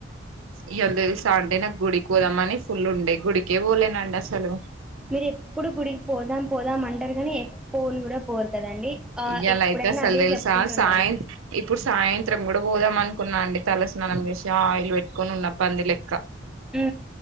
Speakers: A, on the right; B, in the centre.
A: ఇయాలా తెలుసా అండీ నాకు గుడికి పోదామని ఫుల్ ఉండే గుడికే పోలేనండి అసలు
B: మీరు ఎప్పుడు గుడికి పోదాం పోదాం అంటారు కానీ పోన్ కూడా పోరు కదండి ఆ
A: ఇయ్యాల
B: ఎప్పుడైనా
A: అయితే అసలు
B: అదే
A: తెలుసా
B: చెప్పుకుంటూ ఉంటారు
A: సాయం ఇప్పుడు సాయంత్రం కూడా పోదాం అనుకున్నా అండి తల స్నానం చేసి ఆయిల్ పెట్టుకొని ఉన్న పంది లెక్క
B: ఉ